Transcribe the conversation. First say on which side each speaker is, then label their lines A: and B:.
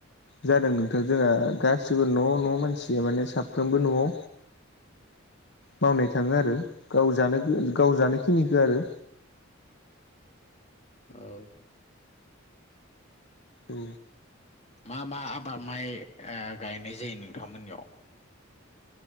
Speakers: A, on the left; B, on the left.
A: जादों नोंथां जोंहा गासिबो न' न' मानसिया माने साफ्रोमबो न'आव मावनाय थाङो आरो गाव जानो गाव जानोखिनिखौ आरो
B: औ
A: औ
B: मा मा आबाद माइ ओ गायनाय जायो नोंथांमोननियाव